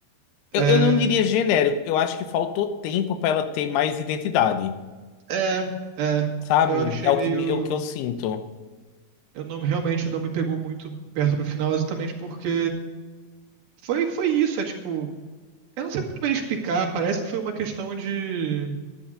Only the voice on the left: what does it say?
eu, eu não diria genérico, eu acho que faltou tempo pra ela ter mais identidade,
sabe?
É o
que me, é o que eu sinto.